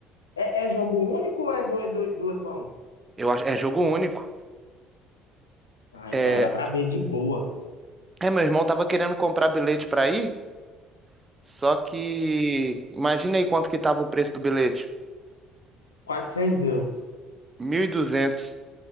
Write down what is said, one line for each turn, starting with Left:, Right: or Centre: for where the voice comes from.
Left: É, é jogo único ou é do- do- duas mãos?
Right: Eu acho, é jogo único.
Left: Ah,
Right: É,
Left: então dá pra ver de boa.
Right: é, meu irmão tava querendo comprar bilhete pra ir. Só que imagina aí quanto que tava o preço do bilhete.
Left: Quatrocentos euros.
Right: mil e duzentos